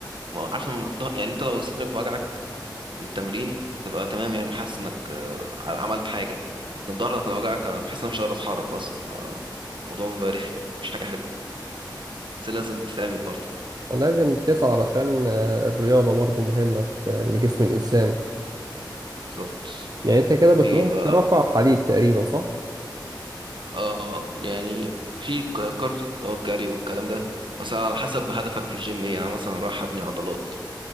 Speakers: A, on the right (about 85°); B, on the right (about 55°).
A: ما- عارف لما الض- يعني انت لو صدرك وجعك من التمرين هتبقى تمام يعني وحاسس انك آه، عملت حاجة لكن ظهرك لو وجعك انا بحس ان انا مش قادر اتحرك اصلا فالموضوع بيبقى رخم مش حاجة حلوة بس لازم تتعمل برضه
B: ولازم تسعى علشان آه، الرياضة برضو مهمة في لجسم الإنسان
A: بالظبط
B: يعني أنت كده بتروح
A: في إيه بقى
B: ترفع حديد تقريبا صح؟
A: اه يعني في ك- كارديو اللي هو الجري والكلام ده مثلا على حسب هدفك في الجيم ايه يعني أنا مثلا رايح ابني عضلات